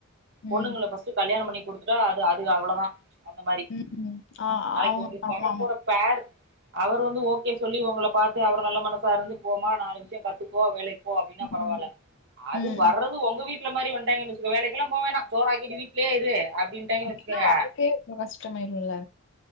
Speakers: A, on the left (about 55°); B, on the right (about 55°).
A: ம்
B: பொண்ணுங்கள ஃபஸ்ட் கல்யாண பண்ணி குடுத்துட்டா அது அது அவ்ளோதா அந்த மாரி
A: ம் ம் ஆ
B: நாளைக்
A: அவங்க
B: உங்களுக்
A: ஆமா
B: வரப்போற
A: ஆமா
B: பேர் அவரு வந்து ஓகே சொல்லி ஒங்கள பாத்து அவரு நல்ல மனசா இருந்து போமா நாலு விஷியோ கத்துக்கோ வேலைக் போ அப்டினா
A: ம்
B: பரவால்ல அது
A: ம்
B: வர்றது
A: ம்.
B: ஒங்க வீட்ல மாரி வன்ட்டாய்ங்கன் வேலைக்கெல்லா போ வேணா சோறக்கிட்டு வீட்லயே இரு அப்டின்டாய்ங்க
A: அப்படின்னா
B: வச்சுகுங்க
A: வாழ்க்கையே ரொம்ப கஷ்டமாயிரும்ல